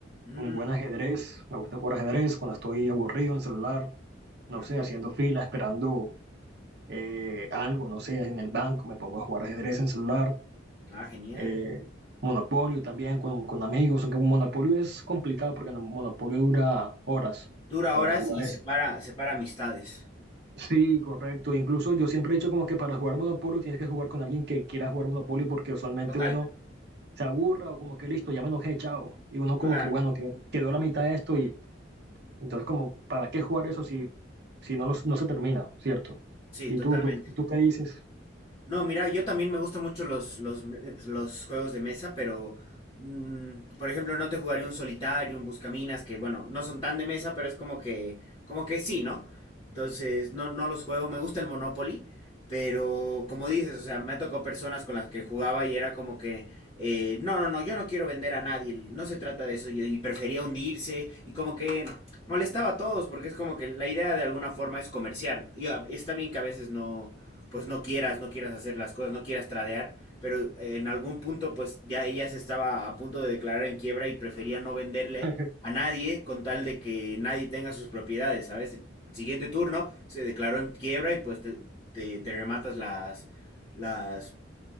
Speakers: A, on the left; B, on the right.
A: Mm,
B: un buen ajedrez, me gusta jugar ajedrez cuando estoy aburrido en el celular, no
A: ok.
B: sé, haciendo fila, esperando eh, algo, no sé, en el banco, me pongo a jugar ajedrez en celular.
A: Ah, genial.
B: eh, Monopolio también con, con amigos, aunque Monopolio es complicado porque no- Monopolio dura horas
A: Dura
B: para
A: horas
B: jugar
A: y separa,
B: eso.
A: separa amistades.
B: Sí, correcto. Incluso yo siempre he dicho como que para jugar Monopolio tienes que jugar con alguien que quiera jugar Monopolio porque usualmente
A: Total,
B: uno se aburra o como que listo, ya me enojé, chao. Y uno
A: claro,
B: como que bueno, que quedó la mitad de esto y entonces como, ¿para qué jugar eso si, si no, los- no se termina, ¿cierto?
A: sí,
B: ¿Y
A: totalmente.
B: tú, tú, tú qué dices?
A: No, mira, yo también me gustan mucho los, los, me- los juegos de mesa, pero, mm, por ejemplo, no te jugaré un solitario, un buscaminas, que bueno, no son tan de mesa, pero es como que, como que sí, ¿no? Entonces, no, no los juego, me gusta el Monopoly, pero como dices, o sea, me ha tocado personas con las que jugaba y era como que, eh, no, no, no, yo no quiero vender a nadie, no se trata de eso, yo, y prefería hundirse, y como que molestaba a todos, porque es como que la idea de alguna forma es comerciar, y a- está bien que a veces no pues no quieras, no quieras hacer las cosas, no quieras tradear, pero en algún punto pues ya ella se estaba a punto de declarar en quiebra y prefería no venderle
B: <laughs>
A: a nadie con tal de que nadie tenga sus propiedades, ¿sabes? El siguiente turno se declaró en quiebra y pues te, te, te rematas las, las